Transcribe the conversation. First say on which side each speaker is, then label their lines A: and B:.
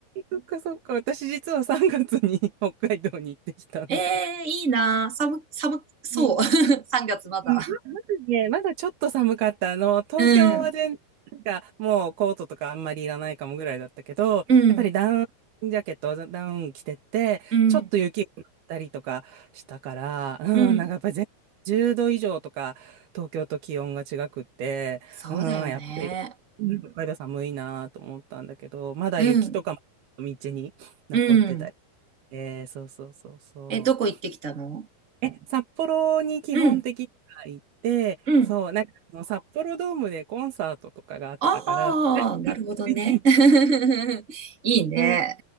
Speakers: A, on the right; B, on the right.
A: そっか、そっか。私実は3月に北海道に行ってきたんだ。
B: ええーいいな。寒、寒そう。
A: うん
B: <laughs> 3月まだ。
A: うんままずね、まだちょっと寒かった。あの、東京は全然、
B: うん、
A: なんかもうコートとかあんまりいらないかもぐらいだったけど、
B: うん、
A: やっぱりダウンジャケット、ダウン着てって、
B: うん、
A: ちょっと雪が降ったりとかしたから、うん、
B: うん。
A: なんかやっぱり全10度以上とか、東京と気温が違くって、
B: そうだよね。
A: うん、やっぱり、うん北海道寒いなと思ったんだけど、まだ雪とかも道に残ってたりして、
B: うん、うん。
A: そうそうそうそう。
B: え、どこ行ってきたの
A: え、札幌に基本的には行って、
B: うん、うん。
A: そう、なんかその札幌ドームでコンサートとかがあったから、
B: ああ、
A: <laughs>
B: なるほどね。<laughs> いいね。
A: うん